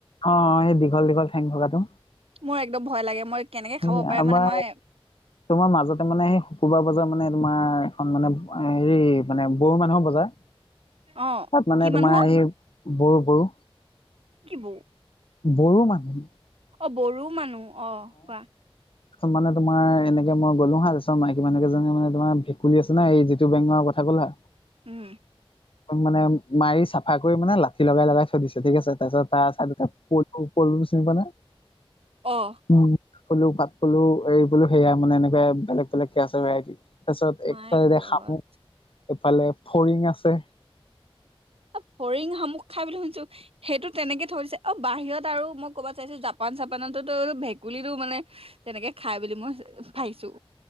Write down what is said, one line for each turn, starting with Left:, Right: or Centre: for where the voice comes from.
Left: অ', সেই দীঘল দীঘল ঠেং থকাটো।
Right: মোৰ একদম ভয় লাগে মই কেনেকে
Left: সেই
Right: খাব পাৰে
Left: আমাৰ,
Right: মানে মই
Left: তোমাৰ মাজতে মানে সেই শুকুৰবাৰ বজাৰ মানে তোমাৰ এখন মানে হেৰি মানে বড়ো মানুহৰ বজাৰ,
Right: অ
Left: তাত মানে
Right: কি
Left: তোমাৰ
Right: মানুহ অ
Left: এই বড়ো বড়ো।
Right: কি বড়ো।
Left: বড়ো মানুহ।
Right: অ, বড়ো মানুহ। অ' কোৱা।
Left: চোন মানে তোমাৰ এনেকে মই গলো হা, তাৰপিছত মাইকী মানুহকেইজনীমানে তোমাৰ ভেকুলী আছে ন এই যিটো বেঙৰ কথা ক'লা।
Right: উম।
Left: মানে মাৰি চাফা কৰি মানে লাঠি লগাই লগাই থৈ দিছে ঠিক আছে, তাৰপিছত তাৰ চাইডতে <unintelligible>
Right: অ'।
Left: উম পলু, পাত পলু এই বোলো সেয়া মানে এনেকে বেলেগ বেলেগ কে আছে ভেৰাইটিছ। তাৰপিছত
Right: মাই
Left: একফালে
Right: গড
Left: খামুক, এইফালে ফৰিং আছে।
Right: অ'ফৰিং, শামুক খাই বুলি শুনিছো সেইটো তেনেকে থৈ দিছে। অ' বাহিৰত আৰু মই কবাত চাইছো জাপান চাপানতো ভেকুলীটো মানে তেনেকে খাই বুলি মই পাইছো।